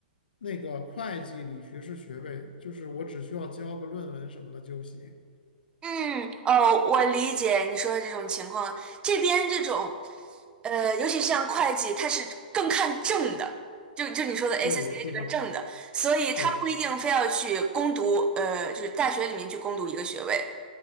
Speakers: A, on the left (about 75°); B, on the right (about 20°).
A: 那个会计理学士学位，就是我只需要交个论文什么的就行。
B: 嗯，哦，我理解你说的这种情况。这边这种，呃，尤其像会计，它是更看证的，就就你说的 ACCA
A: 对，我知道，
B: 这个证的，所以他不一定非要去攻读，
A: 对。
B: 呃，就是大学里面去攻读一个学位。